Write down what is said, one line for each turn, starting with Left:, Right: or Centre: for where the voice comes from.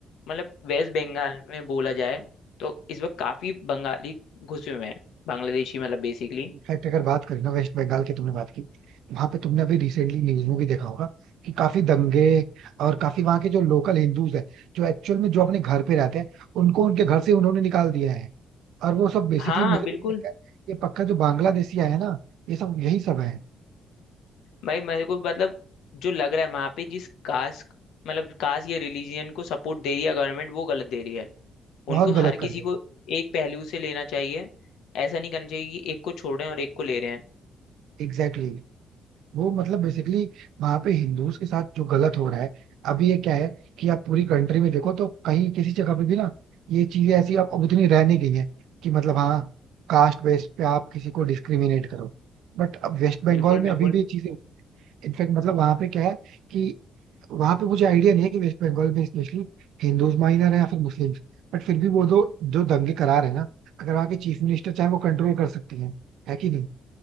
Left: मतलब वेस्ट बंगाल में बोला जाए तो इस वक्त काफी बंगाली घुसे हुए हैं बांग्लादेशी मतलब बेसिकली
Right: इनफैक्ट अगर बात करें ना वेस्ट बंगाल की तुमने बात की वहां पे तुमने अभी रिसेंटली न्यूज में भी देखा होगा कि काफी दंगे और काफी वहां के जो लोकल हिंदूज हैं जो एक्चुअल में जो अपने घर पे रहते हैं उनको उनके घर से उन्होंने निकाल दिया है और वो सब बेसिकली
Left: हाँ
Right: मुझे
Left: बिल्कुल
Right: तो ये लगता है ये पक्का जो बांग्लादेशी आए हैं ना ये सब यही सब है
Left: भाई मेरे को मतलब जो लग रहा है वहां पे जिस कास्ट मतलब कास्ट या रिलीजियन को सपोर्ट दे रही है गवर्नमेंट वो गलत दे रही है
Right: बहुत
Left: उनको
Right: गलत
Left: हर
Right: कर
Left: किसी
Right: रहे
Left: को
Right: हैं
Left: एक पहलू से लेना चाहिए ऐसा नहीं करना चाहिए कि एक को छोड़ रहे हैं और एक को ले रहे हैं
Right: एग्जैक्टली वो मतलब बेसिकली वहां पे हिंदूज के साथ जो गलत हो रहा है अभी ये क्या है कि आप पूरी कंट्री में देखो तो कहीं किसी जगह पे भी ना ये चीजें ऐसी अब अब उतनी रह नहीं गई है कि मतलब हाँ कास्ट बेस पे आप किसी को डिस्क्रिमिनेट करो बट अब वेस्ट बंगाल
Left: बिल्कुल
Right: में
Left: बिल्कुल
Right: अभी भी ये चीजें इनफैक्ट मतलब वहां पे क्या है कि वहां पे मुझे आइडिया नहीं है कि वेस्ट बंगाल में स्पेशली हिंदूज माइनर है या फिर मुस्लिम्स बट फिर भी वो दो जो दंगे करार है ना अगर वहाँ के चीफ मिनिस्टर चाहे वो कंट्रोल कर सकती हैं है कि नहीं